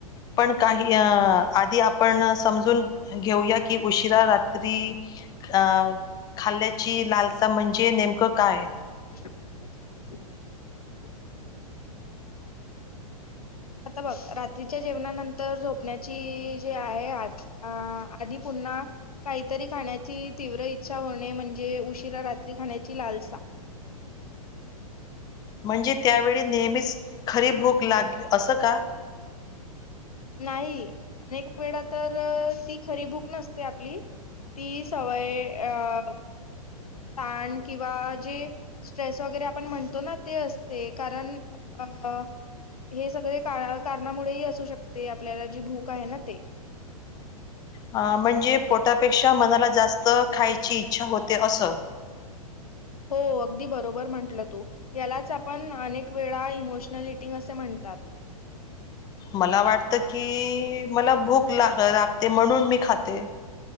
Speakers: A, on the left; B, on the left.
A: पण काही अ आधी आपण समजून घेऊया की उशिरा रात्री अ खाल्याची लालसा म्हणजे नेमकं काय?
B: <inaudible> आता बघ रात्रीच्या जेवणानंतर झोपण्याची जी आहे आज अ आधी पुन्हा काहीतरी खाण्याची तीव्र इच्छा होणे. म्हणजे उशिरा रात्री खाण्याची लालसा.
A: म्हणजे त्यावेळी नेहमीच खरी भूक लागली असं का?
B: नाही अनेक वेळा तर ती खरी भूक नसते आपली ती सवय अहह ताण किंवा जी स्ट्रेस वगैरे आपण म्हणतो ना ते असते कारण अ हे सगळे काळ कारणामुळेही असू शकते. आपल्याला जी भूक आहे ना ते.
A: अ म्हणजे पोटापेक्षा मनाला जास्त खायची इच्छा होते असं.
B: हो अगदी बरोबर म्हंटलं तू. यालाच आपण अनेक वेळा इमोशनल इटिंग असे म्हणतात.
A: मला वाटत की? मला भूक ला लागते म्हणून मी खाते.